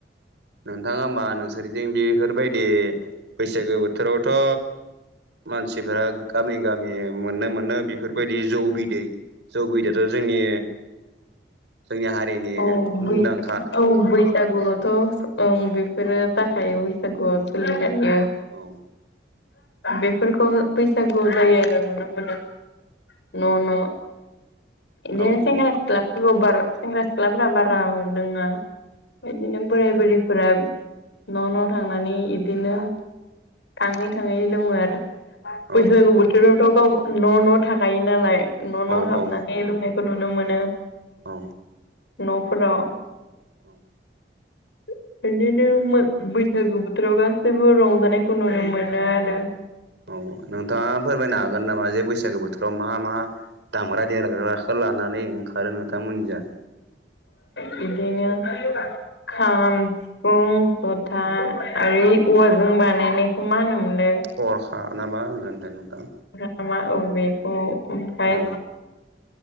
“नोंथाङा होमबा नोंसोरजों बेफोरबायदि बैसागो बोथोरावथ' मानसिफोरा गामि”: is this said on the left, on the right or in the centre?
Right